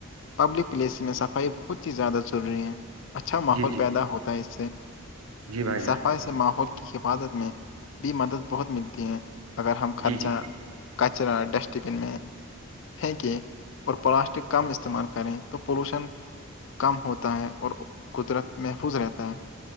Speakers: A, on the left; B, on the right.
A: public place میں صفائی بہت ہی زیادہ ضروری ہے اچھا ماحول
B: جی جی
A: پیدا ہوتا ہے اس سے
B: جی بھائی جان
A: صفائی ماحول کی حفاظت میں بھی مدد بہت ملتی ہے اگر ہم خرچہ
B: جی جی
A: کچرا ڈسٹبن میں پھینکیں اور پلاسٹک کم استعمال کریں تو پولوشن کم ہوتا ہے اور قدرت محفوظ رہتا ہے